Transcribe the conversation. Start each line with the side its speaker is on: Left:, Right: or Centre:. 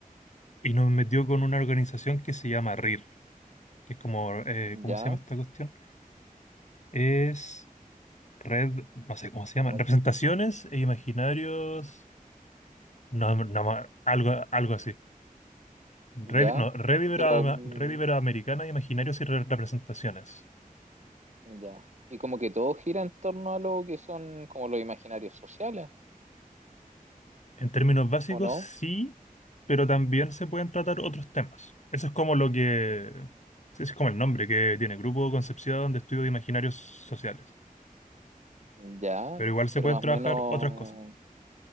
Left: y nos metió con una organización que se llama RIR, que es como, eh, ¿cómo
Right: ya,
Left: se llama esta cuestión? Es red, no sé cómo se llama,
Right: ol-
Left: representaciones e imaginarios. No, no, ma- algo, algo así.
Right: ya,
Left: Red, no, red, ibero-
Right: y pero mm,
Left: red iberoamericana de imaginarios y re- representaciones.
Right: ya. Y como que todo gira en torno a lo que son como los imaginarios sociales,
Left: En términos básicos,
Right: ¿o no?
Left: sí, pero también se pueden tratar otros temas. Eso es como lo que... sí, Ese es como el nombre que tiene, Grupo Concepción de Estudio de Imaginarios Sociales.
Right: Ya,
Left: Pero igual se
Right: pero
Left: pueden
Right: más
Left: trabajar
Right: o menos,
Left: otras cosas,